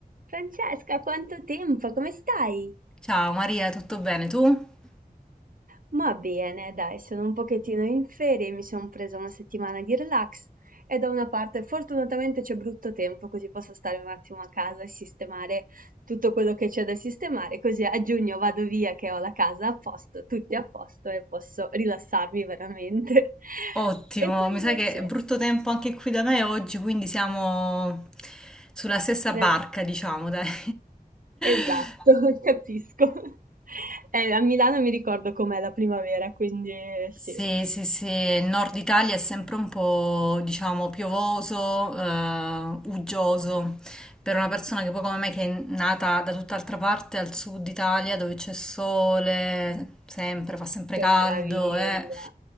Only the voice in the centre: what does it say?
Ciao Maria, tutto bene tu?
Ottimo,
mi sa che è brutto tempo anche qui da me oggi, quindi siamo sulla stessa barca,
diciamo, dai.
<laughs>
Sì, sì, sì, il nord Italia è sempre un po', diciamo, piovoso, eh, uggioso. Per una persona che poi come me che è nata da tutt'altra parte, al sud Italia, dove c'è sole, sempre, fa sempre
caldo,
eh,